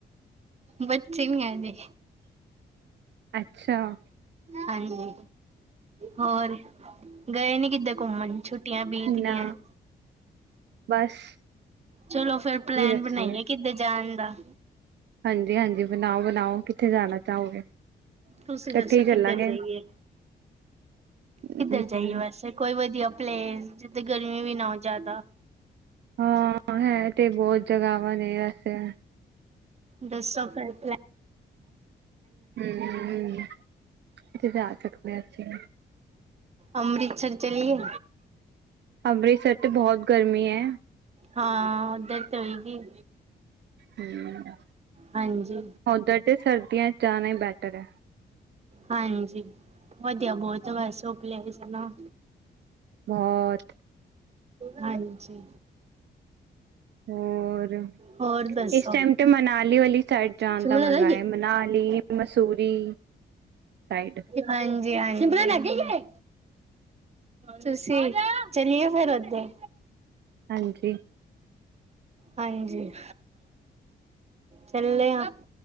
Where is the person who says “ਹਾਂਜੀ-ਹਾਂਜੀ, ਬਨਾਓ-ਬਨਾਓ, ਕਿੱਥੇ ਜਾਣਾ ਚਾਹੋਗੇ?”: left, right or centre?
Right